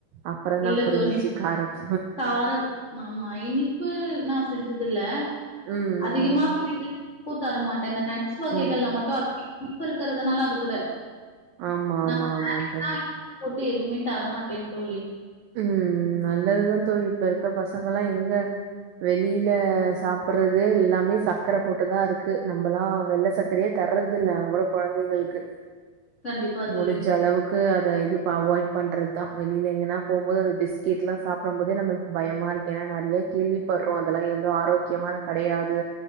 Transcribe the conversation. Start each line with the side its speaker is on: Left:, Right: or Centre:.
Right: அப்புறந்தா
Left: இல்ல
Right: புரிஞ்சிச்சு
Left: தோழி
Right: காரப்
Left: காரம் ஆமா இனிப்பு நா செஞ்சதுல்ல
Right: ம்,
Left: அதிகமா பிள்ளைங்களுக் <unintelligible> தரமாட் இந்த நட்ஸ் வகைகள்லா
Right: ம், ம்.
Left: மட்டு உம் பு இருக்கிறதுனால அது கூட
Right: ஆமா, ஆமா,
Left: நா
Right: ஆமா
Left: வே <unintelligible>
Right: தோழி.
Left: போட்டு எதுவுமே தர மாட்டே கே தோழி
Right: உ நல்லதுதா தோழக இப்ப இருக்க பசங்கல்லா எங்க வெளில சாப்பிட்றது எல்லாமே சக்கர போட்டுதா இருக்கு நம்மல்லா வெள்ள சக்கரையே தர்றது இல்ல ஆகூட குழந்தைங்களுக்கு
Left: கண்டிப்பா தோழி.
Right: முடிஞ்ச அளவுக்கு அது அ இது அவாய்ட் பண்றது தா வெளில எங்கன்னா போம்போது அந்த பிஸ்கெட்ல்லா சாப்பிடம் போதே நம்மளுக்கு பயமா இருக்கு ஏன்னா நறையா கேள்விப்படுறோ அதெலா எதோ ஆரோக்கியமான கடையாது